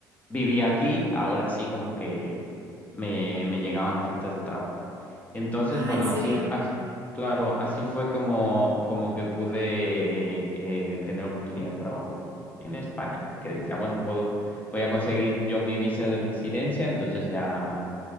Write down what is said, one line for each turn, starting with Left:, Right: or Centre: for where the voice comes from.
Left: vivía aquí, ahora sí como que me, me llegaban ofertas de trabajo. Entonces,
Right: Ah,
Left: bueno,
Right: ¿en serio?
Left: así, f- as- claro, así fue como, como que pude eh, eh, tener oportunidad de trabajo en España, porque decía, bueno, puedo, voy a conseguir yo mi visa de residencia, entonces ya